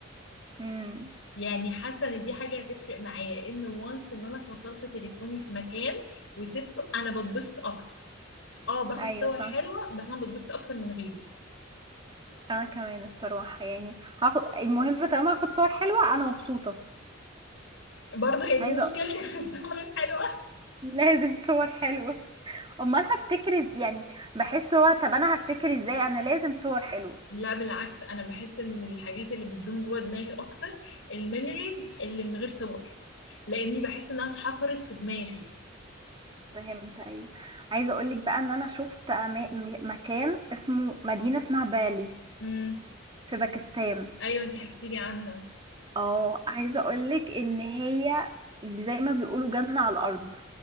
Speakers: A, on the right (about 25°); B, on the left (about 80°).
A: امم
B: يعني حاسة ان دي حاجة هتفرق معايا ان وانس ان انا فصلت تليفوني في مكان وسبته انا بتبسط اكتر اه باخد
A: ايوه
B: صور
A: فا
B: حلوة بس انا بتبسط اكتر من غيره
A: انا كمان الصراحه يعني هاخد المهم طالما هاخد صور حلوه انا مبسوطه
B: برضه هي
A: عايزه
B: دي مشكلتك في السهرة الحلوة
A: لازم صور حلوه امال هفتكر إز- يعني بحس هو طب انا هفتكر ازاي انا لازم صور حلوه
B: لا بالعكس انا بحس ان الحاجات اللي بتدوم جوه دماغي اكتر الميموريز اللي من غير صور لاني بحس انها اتحفرت في دماغي
A: فهمت ايوه عايزه اقولك بقى ان انا شفت أما- م- مكان اسمه مدينه اسمها بالي
B: امم
A: في باكستان
B: ايوه انتي حكيتي لي عنها
A: اه عايزه اقولك ان هي زي ما بيقولوا جنه على الارض